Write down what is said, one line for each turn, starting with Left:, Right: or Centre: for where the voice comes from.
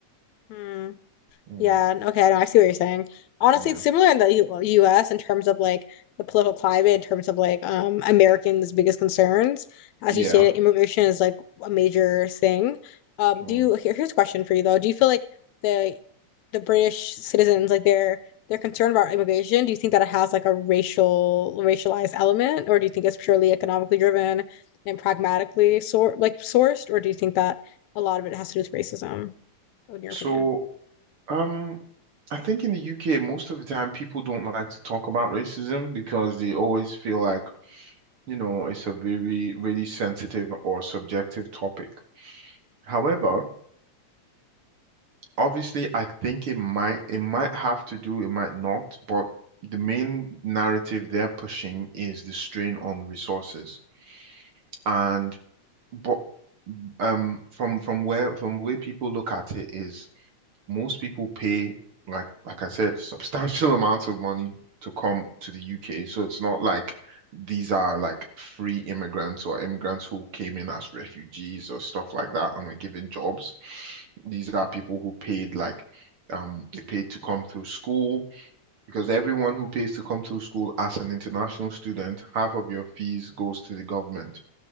Left: Mm.
Right: Mm,
Left: Yeah, n- okay, no, I see what you're saying. Honestly,
Right: yeah.
Left: it's similar in the U US in terms of like the political climate, in terms of like um Americans' biggest concerns. As
Right: Yeah.
Left: you stated, immigration is like a major thing. Um,
Right: Mm.
Left: do you here, here's a question for you though. Do you feel like the the British citizens, like they're they're concerned about immigration? Do you think that it has like a racial racialized element, or do you think it's purely economically driven and pragmatically sort like sourced, or do you think that a lot of it has to do with racism, in your
Right: So,
Left: opinion?
Right: um, I think in the UK, most of the time people don't like to talk about racism because they always feel like, you know, it's a very, really sensitive or subjective topic. However, obviously, I think it might, it might have to do, it might not, but the main narrative they're pushing is the strain on resources. And but um from from where from where people look at it is most people pay like like I said, substantial <laughs> amounts of money to come to the UK. So it's not like these are like free immigrants or immigrants who came in as refugees or stuff like that and were given jobs. These are people who paid like um they paid to come through school because everyone who pays to come through school as an international student, half of your fees goes to the government.